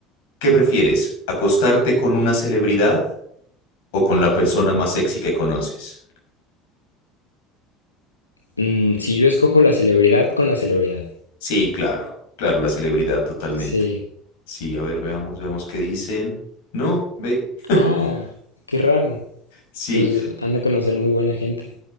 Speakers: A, on the left (about 60°); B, on the left (about 85°).
A: ¿Qué prefieres? ¿Acostarte con una celebridad o con la persona más sexy que conoces?
B: Mm, si yo escojo la celebridad con la celebridad.
A: Sí, claro, claro, la celebridad totalmente.
B: Sí.
A: Sí, a ver, veamos, veamos qué dicen. No, ve. <laughs>
B: Ah, qué raro.
A: Sí,
B: Pues han de conocer muy buena gente.